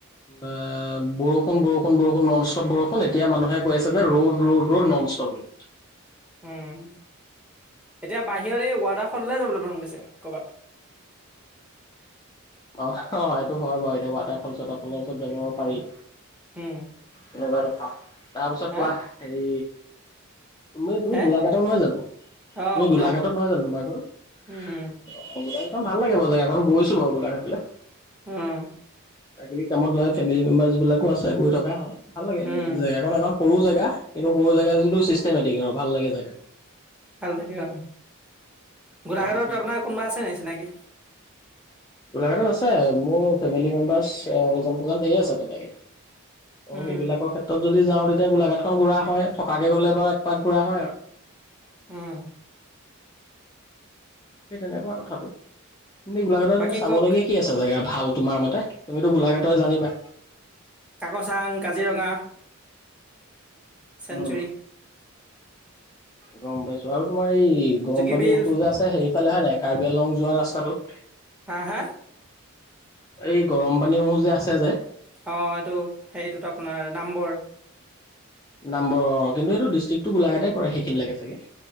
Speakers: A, on the left; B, in the centre.
A: আ বৰষূণ বৰষুণ বৰষুণ নন ষ্টপ বৰষুণ এতিয়া মানুহে কৈ আছে যে road road road non stop road
B: উম এতিয়া বাহিৰত এই ৱাটাৰফলহে যাবলৈ মন গৈছে কৰ'বাত <inaudible>
A: অ অ এইটো হয় বাৰু এতিয়া ৱাটাৰফল চাটাৰফলৰ ওচৰত যাব পাৰি
B: উম
A: তেনেকুৱা ৰখা তাৰপাছত
B: হা
A: কোৱা হেৰি তুমি তুমি
B: হে
A: গোলাঘাটৰ নহয় জানো
B: অ
A: তুমি
B: গোলাঘাটৰ
A: গোলাঘাটত নহয় জানো তোমাৰ ঘৰত
B: উম
A: অ গোলাঘাটখন ভাল লাগে বাৰু এখন গৈছো বাৰু গোলাঘাটলে
B: উম
A: প্ৰাকৃতিক কামত যাই ফেমিলি মেম্বাৰ্চ বিলাকো আছে গৈ থকা হয় ভাল লাগে
B: উম,
A: জেগাখন এখন সৰু জেগা কিন্তু সৰু জেগা যটো চিষ্টেমেটিক আৰু ভাল লাগে জেগা
B: ভাল লাগে অহ। গোলাঘাটত
A: অ অ
B: আপোনাৰ কোনোবা আছে নি চিনাকি?
A: গোলাঘাটত আছে, মোৰ ফেমিলি মেম্বাৰ্চ ইজন সিজন ধেৰি আছে তেনেকে। অঁ
B: উম,
A: সেইবিলাকৰ ক্ষেত্ৰত য যদি যাওঁ তেতিয়া গোলাঘাটখন ঘুৰা হয়। থকাকে গ'লে বাৰু এক পাক ঘুৰা হয় আৰু।
B: উম।
A: সেই তেনেকুৱা কথাটো। এনেই গোলাঘাটত
B: বাকী
A: এনেই চাবলগীয়া
B: কওক
A: কি
B: খবৰ
A: আছে জেগা ভাল তোমাৰ মতে? তুমিতো গোলাঘাটৰে জানিবা?
B: কাকচাং, কাজিৰঙা চেনঞ্চুৰি।
A: উম গম পাইছো আৰু তোমাৰ এই গৰম
B: জুগীবিল
A: পানীৰ উঁহটো যে আছে সেইৰিফালে হয় নাই কাৰ্বি আংলং যোৱা ৰাস্তাটোত?
B: হা, হা
A: এই গৰম পানী উঁহ যে আছে যে।
B: অঁ এইটো হেইটোত আপোনাৰ নামবৰ।
A: নামবৰ অঁ, কিন্তু এইটো ডিষ্ট্ৰিক্টো গোলাঘাটতে পৰে সেইখিনি লাগে চাগে?